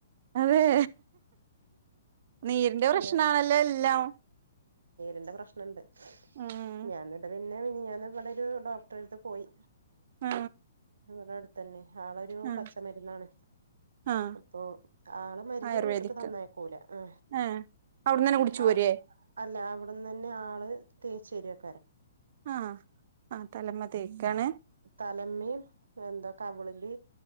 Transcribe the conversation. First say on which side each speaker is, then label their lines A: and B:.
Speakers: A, on the right; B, on the right.
A: അതേ നീരിന്റെ പ്രശ്നാണല്ലോ
B: ഞാ
A: എല്ലാം.
B: ഇന്റെ പ്രശ്നംണ്ട്. <unintelligible>
A: ഉം
B: ഇന്നാണെങ്കി ഞാൻ നമ്മടൊരൂ ഡോക്ടറടുത്തു പോയി.
A: ആ
B: ഇവിടടു ത്തന്നെ ആളൊരു
A: ആഹ്
B: പച്ച മരുന്നാണ്
A: ആഹ്
B: അപ്പൊ ആള് മരുന്ന്
A: ആയുർവേദിക്
B: വീട്ടക്ക് തന്നയക്കൂല. ആ
A: ഏഹ് അവിടന്നന്നെ കുടിച്ചു
B: ആ
A: പോരേ
B: അല്ല ആ അവിടന്നന്നെ ആള് തേച്ചര്വാ.
A: ആ ആ തലമ്മേതേക്കാണ്.
B: തലമ്മേം എന്താ കവിളില്